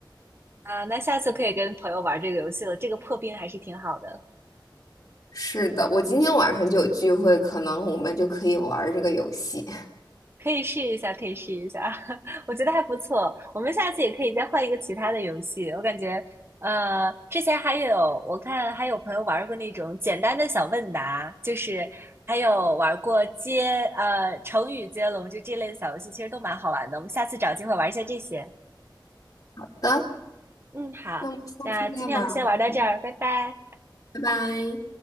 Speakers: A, on the right; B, on the left.
A: 啊，那下次可以跟朋友玩这个游戏了，这个破冰还是挺好的。
B: 是的，我今天晚上就有聚会，可能我们就可以玩儿这个游戏。<laughs>
A: 可以试一下，可以试一下，<laughs> 我觉得还不错。我们下次也可以再换一个其他的游戏。我感觉，呃，之前还有我看还有朋友玩过那种简单的小问答，就是还有玩过接呃成语接龙，就这类的小游戏，其实都蛮好玩的。我们下次找机会玩一下这些。
B: 好的，
A: 嗯，好，
B: 那我们下次再玩儿，
A: 那今天我们先玩到这儿，拜拜。
B: 拜拜。